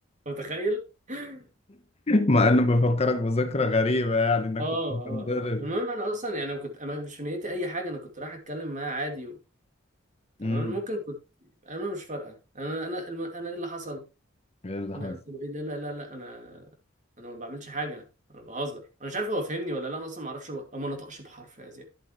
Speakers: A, on the right; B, on the left.
A: أنت متخيل <laughs>
B: مع انه بيفكرك بذكرى غريبة يعني انك
A: اه
B: كنت بتتضرب
A: اه اه المهم انا اصلا يعني أنا كنت انا مش في نيتي اي حاجه انا كنت رايح اتكلم معاه عادي و... تمام
B: امم
A: ممكن كنت انا مش فارقه انا انا الم... انا ايه اللي حصل
B: ايه اللي
A: انا
B: حصل؟
A: قلت له ايه لا لا لا لا انا انا ما بعملش حاجه انا بهزر انا مش عارف هو فهمني ولا لا انا اصلا ما اعرفش الو- ما نطقش بحرف يا زياد